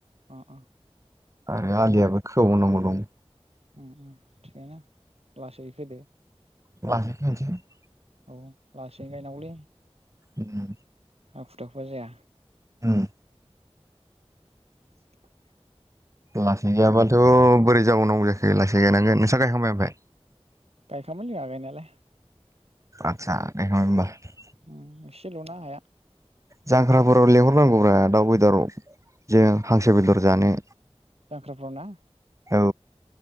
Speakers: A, on the right; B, on the right.
A: उम उम
B: आरो आलियाबो खोबावनांगौ दं।
A: उम उम थिख आनो लासै होदो।
B: <unintelligible>
A: औ लासैनो गायनांगौलै।
B: उम
A: हाखु दाखुबा जाया
B: उम
A: <inaudible>
B: लासै गैयाबाथ' बोरै जाबावनांगौ जाखो लासै गायनांगोन नोंस्रा गायखांबाय ओमफाय?
A: गायखांबाय जोंहा गायनायालाय।
B: आतसा गायखांबाय होमबा।
A: उम एसेल'ना हाया।
B: जांख्राफोराव लेंहरनांगौब्रा दाउ बेदराव जों हांसो बेदर जानो।
A: जांख्राफ्राव ना?
B: औ